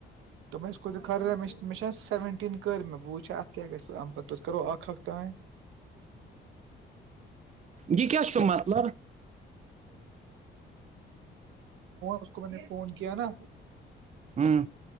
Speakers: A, on the right; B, on the right.
A: دوپم اس کو خ میں میںشا سیونٹین کرر میں ب وچھ اپ کی گئے ہمم پ تو کرو ا ہق تٮ
B: یہ کی چ مطلب
A: اس کو میں نے فون کیا نا
B: ہوں